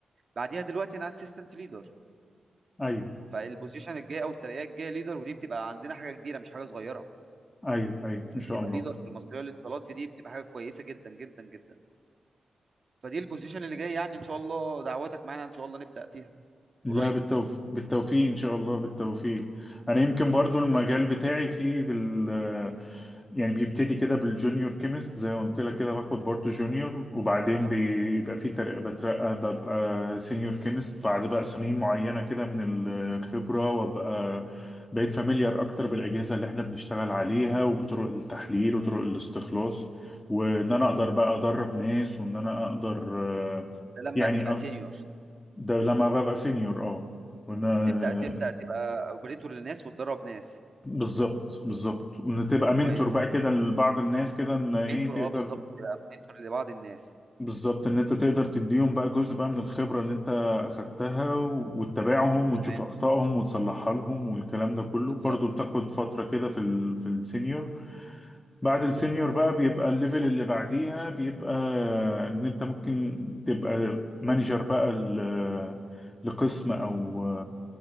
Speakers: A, on the right; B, on the left.
A: بعديها دلوقتي انا اسيستنت ليدر
B: ايوه
A: فالبوزيشن الجاي او الترقيه الجايه ليدر ودي بتبقى عندنا حاجه كبيره مش حاجه صغيره
B: ايوه ايوه
A: ان
B: ان
A: انت
B: شاء
A: تبقى
B: الله
A: ليدر في المصريه للاتصالات في دي بتبقى حاجه كويسه جدا جدا جدا فدي البوزيشن اللي جاي يعني ان شاء الله دعواتك معانا ان شاء الله نبدا فيها
B: لا
A: قريب
B: بالتوف... بالتوفيق ان شاء الله بالتوفيق انا يمكن برضو المجال بتاعي فيه بال يعني بيبتدي كده بالجونيور كيمست زي ما قلت لك كده باخد برضو جونيور وبعدين
A: تمام
B: بيبقى فيه ترقى بترقى ببقى سينيور كيمست بعد بقى سنين معينة كده من الخبرة وابقى بقيت فاميليار اكتر بالاجهزة اللي احنا بنشتغل عليها وبطرق التحليل وطرق
A: تمام
B: الاستخلاص وان انا اقدر بقى ادرب ناس وان انا اقدر آه،
A: ده لما
B: يعني
A: بتبقى سينيور
B: ده لما ببقى سينيور اه وانا
A: بتبدا تبدا تبقى اوبريتور للناس وتدرب ناس
B: بالظبط بالظبط وان تبقى منتور
A: كويس
B: بقى كده لبعض الناس كده ان ايه
A: منتور
B: تقدر
A: اه بالظبط تبقى منتور لبعض الناس
B: بالظبط ان انت تقدر تديهم بقى جزء بقى من الخبرة اللي انت اخدتها و- وتتابعهم وتشوف
A: تمام
B: اخطائهم وتصلحها لهم والكلام ده كله
A: بالظبط
B: برضو بتاخد فترة كده في ال... في السينيور بعد
A: امم
B: السينيور بقى بيبقى الليفل اللي بعديها بيبقى ان انت ممكن تبقى مانجر بقى ل... لقسم او